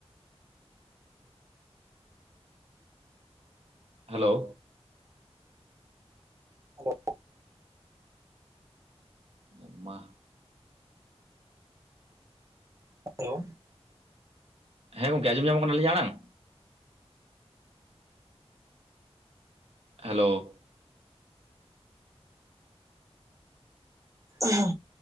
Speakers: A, on the right; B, on the right.
A: <unintelligible> <unintelligible>
B: ᱦᱮᱞᱳ
A: ᱦᱮᱞᱳ
B: ᱟᱭᱟ ᱢᱟᱦ
A: ᱦᱮᱞᱳ <unintelligible>
B: ᱦᱮᱸ ᱜᱚᱝᱠᱮ ᱟᱸᱡᱚᱢ ᱧᱟᱢᱚᱜ ᱠᱟᱱᱟ ᱟᱞᱤᱧᱟᱜ ᱟᱲᱟᱝ ᱦᱮᱞᱳ
A: <unintelligible>